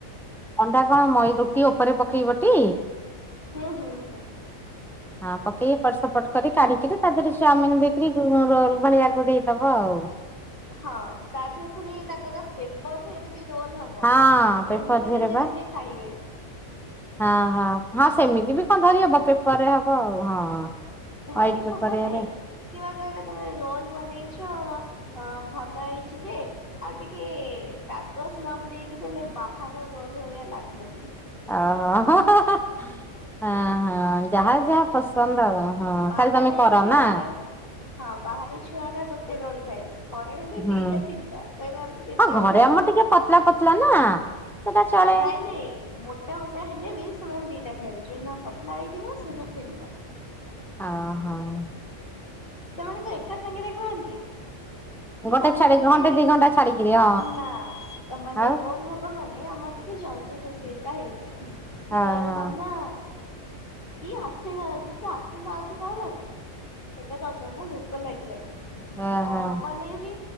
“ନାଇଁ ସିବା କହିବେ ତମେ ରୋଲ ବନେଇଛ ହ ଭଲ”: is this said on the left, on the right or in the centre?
Left